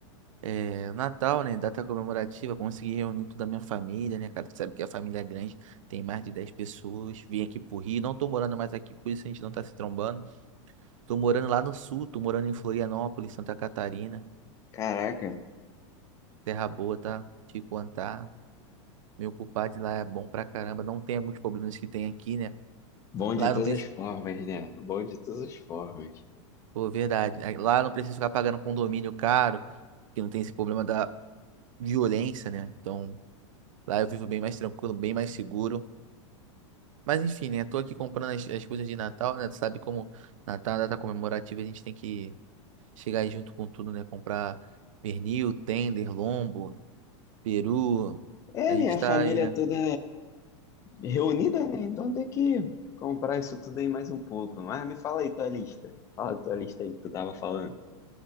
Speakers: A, on the right; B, on the left.
A: é, o Natal, né, data comemorativa, consegui reunir toda a minha família, né, cara? Tu sabe que a família é grande, tem mais de 10 pessoas, vim aqui pro Rio, não tô morando mais aqui, por isso a gente não tá se trombando. Tô morando lá no sul, tô morando em Florianópolis, Santa Catarina,
B: Caraca,
A: terra boa, tá? Te contar. Meu culpado lá é bom pra caramba. Não tem alguns problemas que tem aqui, né?
B: bom de
A: Lá
B: todas
A: eu não preciso.
B: as formas, né? Bom de todas as formas.
A: Pô, verdade. Aí Lá eu não preciso ficar pagando condomínio caro, que não tem esse problema da violência, né? Então, lá eu vivo bem mais tranquilo, bem mais seguro. Mas enfim, né? Tô aqui comprando as, as coisas de Natal, né? Tu sabe como Natal é uma data comemorativa, a gente tem que chegar aí junto com tudo, né? Comprar pernil, tender, lombo, peru.
B: É,
A: A
B: minha
A: gente
B: família
A: tá aí, né?
B: toda reunida, né? Então tem que comprar isso tudo aí mais um pouco. Mas me fala aí tua lista. Fala a tua lista aí que tu tava falando.